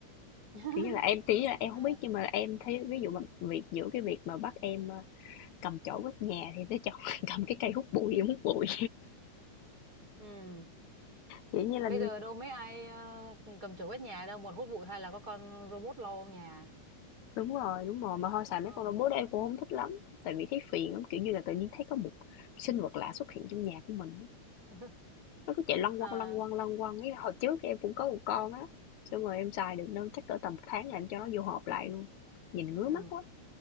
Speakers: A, on the right (about 30°); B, on the left (about 75°).
A: <laughs>
B: Kiểu như là, em tí là em không
A: à,
B: biết nhưng mà em thấy ví dụ mà việc giữa cái việc mà bắt em, ơ, cầm chổi quét nhà thì tới chọn <laughs> cầm cái cây hút bụi em hút bụi.
A: ừ.
B: Kiểu như là
A: bây giờ đâu mấy ai ờ, cầm chổi quét nhà đâu một hút bụi hay là có con robot lau nhà
B: Đúng rồi, đúng rồi, mà thôi xài
A: ừ.
B: mấy con robot đó em cũng không thích lắm Tại vì thấy phiền lắm, kiểu như là tự nhiên thấy có một sinh vật lạ xuất hiện trong nhà của mình á.
A: <laughs>
B: Nó cứ chạy lăn
A: à,
B: quăng lăn quăng lăn quăng ấy Hồi trước thì em cũng có một con á Xong rồi em xài được đâu chắc cỡ tầm một tháng là em cho nó vô hộp lại luôn Nhìn ngứa
A: ừ.
B: mắt quá